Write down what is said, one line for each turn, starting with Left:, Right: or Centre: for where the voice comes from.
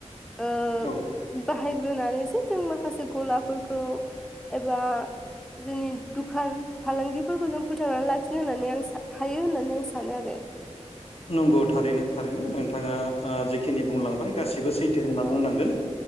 Centre: ओ
Left: औ
Centre: बाहायग्रोनानैसो जों माखासे गलाफोरखौ एबा जोंनि दुुख खान फालांगिफोरखौ जों फोथांनानै लाखिनो होननानै आं सा हायो होननानै आं सानो आरो।
Left: नंगौ थारैनो थारैनो नोंथाङा ओ जिखिनि बुंलांबाय गासिबो सैथो होनना बुंनांगोन।